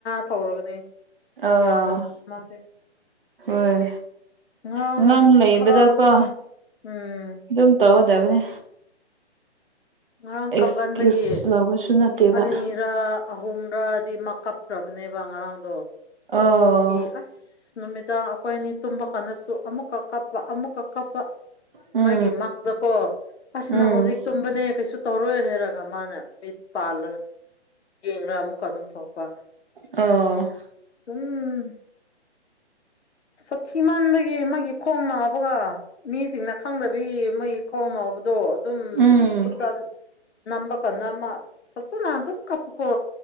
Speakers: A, on the left (about 70°); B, on the right (about 50°).
A: ꯊꯧꯔꯒꯅꯤ
B: ꯑꯥ
A: ꯌꯥꯗꯕ ꯃꯥꯁꯦ
B: ꯍꯣꯏ
A: ꯉꯔꯥꯡ
B: ꯑꯉꯥꯡ ꯂꯩꯕꯗꯀꯣ
A: ꯈꯔ ꯎꯝ
B: ꯑꯗꯨꯝ ꯇꯧꯒꯗꯕꯅꯤ
A: ꯉꯔꯥꯡ
B: ꯑꯦꯛꯁꯀ꯭ꯌꯨꯁ
A: ꯀꯞꯃꯟꯕꯒꯤ
B: ꯂꯧꯕꯁꯨ ꯅꯠꯇꯦꯕ
A: ꯑꯅꯤꯔꯛ ꯑꯍꯨꯝꯔꯛ ꯗꯤ ꯃꯥ ꯀꯞꯈ꯭ꯔꯕꯅꯦꯕ ꯉꯔꯥꯡꯗꯣ
B: ꯑꯣ
A: ꯑꯗꯨꯒꯤ ꯑꯁ ꯅꯨꯃꯤꯗꯥꯡ ꯑꯩꯈꯣꯏꯅꯤ ꯇꯨꯝꯕ ꯀꯥꯟꯗꯁꯨ ꯑꯃꯨꯛꯀ ꯀꯞꯄ ꯑꯃꯨꯛꯀ ꯀꯞꯄ
B: ꯎꯝ
A: ꯑꯩꯒꯤ ꯃꯪꯗꯀꯣ ꯑꯁ
B: ꯎꯝ
A: ꯍꯧꯖꯤꯛ ꯇꯨꯝꯕꯅꯦ ꯀꯩꯁꯨ ꯇꯧꯔꯣꯏ ꯍꯥꯏꯔꯒ ꯃꯥꯅ ꯃꯤꯠ ꯄꯥꯜꯂꯒ ꯌꯦꯡꯉ ꯑꯃꯨꯛꯀ ꯑꯗꯨꯝ ꯊꯣꯛꯄ
B: ꯑꯣ
A: ꯎꯝ ꯁꯥꯊꯤꯃꯟꯕꯒꯤ ꯃꯥꯒꯤ ꯈꯣꯡ ꯅꯥꯕꯒ ꯃꯤꯁꯤꯡꯅ ꯈꯪꯗꯕꯤ ꯃꯩ ꯈꯣꯡꯅꯕꯗꯣ ꯑꯗꯨꯝ
B: ꯎꯝ
A: ꯈꯨꯠꯇ ꯅꯝꯕ ꯀꯥꯟꯗ ꯑꯃ ꯐꯖꯅ ꯑꯗꯨꯝ ꯀꯞꯄꯀꯣ